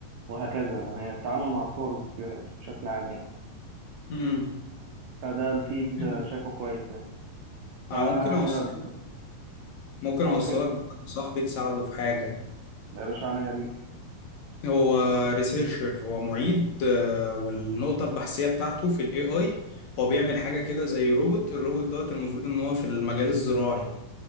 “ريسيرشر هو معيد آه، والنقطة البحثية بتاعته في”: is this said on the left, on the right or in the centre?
Left